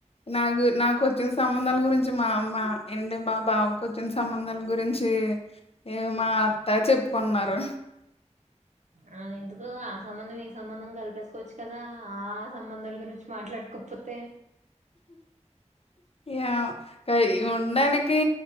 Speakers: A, on the left (about 55°); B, on the right (about 80°).
A: నాగు నాకొచ్చిన సంబంధాల గురించి మా అమ్మ అంటే మా బావకొచ్చిన సంబంధాల గురించి ఏ మా అత్తా చెప్పుకున్నారు
B: అ ఎందుకు ఆ సంబంధం ఈ సంబంధం కలిపేసుకోవచ్చు కదా ఆ సంబంధాల గురించి మాట్లాడుకోపోతే
A: ఏమో కా ఉండానికి